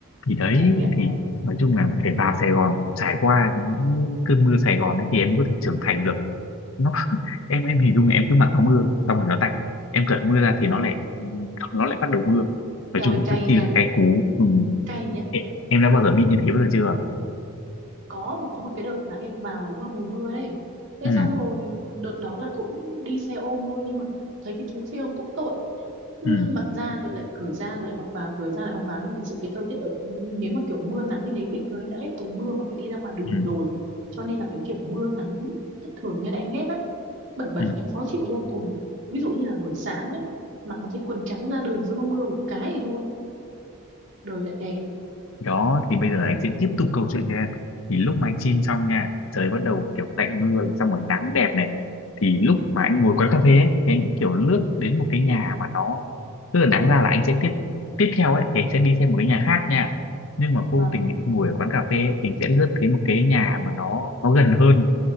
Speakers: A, on the left; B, on the right.
A: thì đấy
B: trải nghiệm rồi
A: thì nói chung là phải vào Sài Gòn trải qua những cơn mưa Sài Gòn ấy thì em mới có thể trưởng thành được nó em em hình dung là em cứ mặc áo mưa xong rồi nó tạnh em cởi áo mưa ra thì nó lại nó lại bắt đầu mưa nói
B: eo
A: chung
B: ơi
A: là
B: cay
A: rất chi
B: nha
A: là cay cú ừ.
B: cay nha.
A: Em em đã bao giờ bị như thế bao giờ chưa?
B: có một có một cái đợt là em vào đúng vào mùa mưa đấy thế
A: Ừ,
B: xong rồi đợt đó là cũng đi xe ôm thôi nhưng mà thấy cái chú xe ôm cũng tội cứ
A: ừ,
B: mặc ra rồi lại cởi ra rồi lại mặc vào cởi ra lại mặc vào nhưng thật sự cái thời tiết ở nếu mà kiểu mưa nắng như thế bình thường em đã ghét từ mưa mà phải đi ra ngoài đường
A: ừ,
B: rồi cho nên là cái kiểu mưa nắng thất thường như là em ghét lắm bẩn bẩn
A: ừ.
B: em khó chịu vô cùng ví dụ như là buổi sáng ấy mặc một cái quần trắng ra đường xong nó mưa một cái thì thôi đời lại đẹp
A: Đó, thì bây giờ anh sẽ tiếp tục câu chuyện nha. Thì lúc mà anh chim xong nha, trời bắt đầu kiểu tạnh mưa, này, xong rồi nắng đẹp này. Thì lúc mà anh ngồi quán cà phê ấy, thì anh kiểu lướt đến một cái nhà mà nó... Tức là đáng ra là anh sẽ tiếp tiếp theo ấy, thì anh sẽ đi xem một cái nhà khác nha. Nhưng mà vô
B: vâng
A: tình anh ngồi ở quán cà phê ấy, thì anh sẽ lướt thấy một cái nhà mà nó nó gần hơn